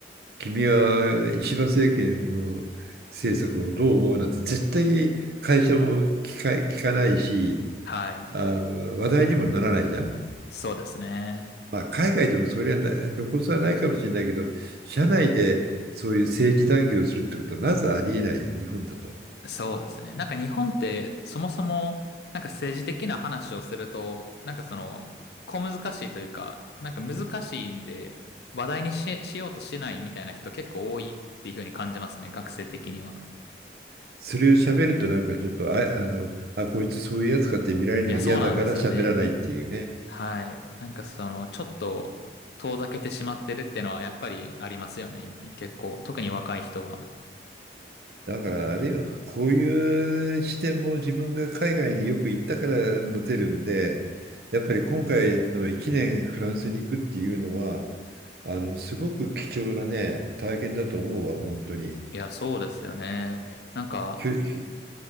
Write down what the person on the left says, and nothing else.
はい。
そうですね。
そうですね。なんか日本って、そもそも、なんか政治的な話をすると、なんかその、小難しいというか、なんか難しいんで、話題にし、しようとしないみたいな人結構多いっていうふうに感じますね、学生的には。
いや、そうなんですよね。はい。なんかその、ちょっと遠ざけてしまってるっていうのはやっぱりありますよね。結構、特に若い人は。
いや、そうですよね。なんか、